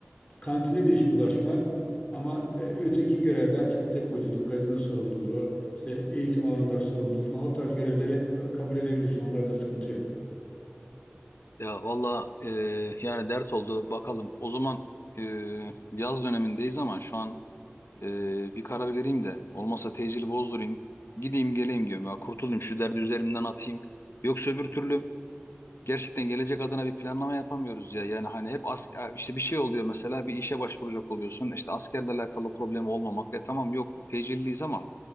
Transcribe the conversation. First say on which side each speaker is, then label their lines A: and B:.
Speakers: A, on the left; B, on the left.
A: kantine de hiç bulaşma. Ama e, öteki görevler işte depoculuk, gazino sorumluluğu, işte eğitim alanları sorumluluğu falan o tarz görevleri kabul edebilirsin. Onlarda sıkıntı yok.
B: Ya valla e, yani dert oldu bakalım. O zaman e, yaz dönemindeyiz ama şu an e, bir karar vereyim de olmasa tecili bozdurayım. Gideyim geleyim diyorum ya kurtulayım şu derdi üzerimden atayım. Yoksa öbür türlü gerçekten gelecek adına bir planlama yapamıyoruz ya. Yani hani hep as işte bir şey oluyor mesela bir işe başvuracak oluyorsun. İşte askerlerle alakalı problem olmamak. E tamam yok tecilliyiz ama